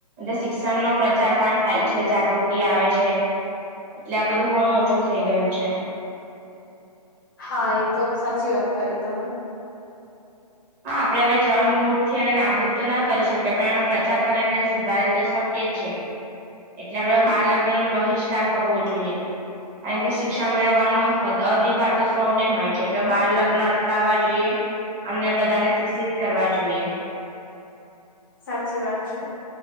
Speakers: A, on the right; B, on the left.
A: એ શિક્ષણનો પ્રચાર પણ થાય છે જાગૃતિ આવે છે એટલે આ બધું ઘણું ઓછું થઇ ગયું છે.
B: હા એ તો સાચી વાત કરી તમે
A: હા આપડણે હવે જળ મૂળ થી એને નાબૂદ તો ના કરી શકીએ પણ એનો પ્રચાર કરીને સુધારી તો શકિ યે છે એટલે આપણેે બાળ લગ્નો બહિષ્કાર કરવો જોઈએ કારણ કે શિક્ષણ મેળવવાનો અધિકાર તો સૌને હોય છે એટલે બાાર લગ્ન અટકાવવા જોઈએ અને બધાને શિક્ષિત કરવા જોઈએ
B: સાચી વાત છે.